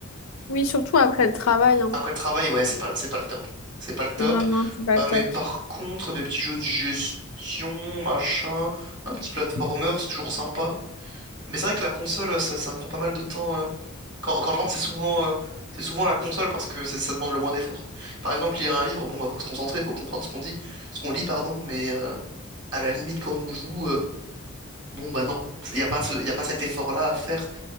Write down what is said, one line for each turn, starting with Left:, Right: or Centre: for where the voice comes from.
Left: Oui, surtout après le travail, hein.
Right: Après le travail, ouais, c'est pas, c'est pas le top. C'est pas le top.
Left: Non, non, c'est pas
Right: Euh,
Left: top.
Right: mais par contre, des petits jeux de gestion, machin, un petit platformer, c'est toujours sympa. Mais c'est vrai que la console, ça, ça prend pas mal de temps. euh. Quand, quand je rentre, c'est souvent, euh, c'est souvent la console parce que ça, ça demande le moins d'effort. Par exemple, lire un livre, bon, bah, faut se concentrer, faut comprendre ce qu'on dit, ce qu'on lit, pardon, mais euh, à la limite, quand on joue, euh, bon, bah non, il n'y a pas ce, y a pas cet effort-là à faire.